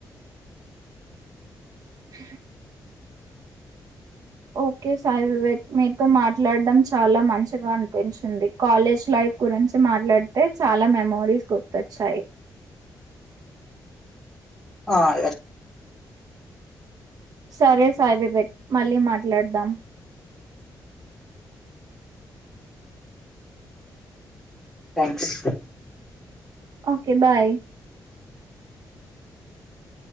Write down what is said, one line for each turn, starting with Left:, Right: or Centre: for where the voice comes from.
Right: స ఓకే సాయి వివేక్ మీతో మా మాట్లాడడం చాలా మంచిగా అనిపించింది కాలేజ్ లైఫ్ గురించి మాట్లాడితే చాలా మెమోరీస్ గుర్తొచ్చాయి
Centre: ఆ ఎస్
Right: సరే సాయివివేక్ మళ్ళీ మాట్లాడదాం
Centre: థ్యాంక్స్
Right: ఓకే బాయ్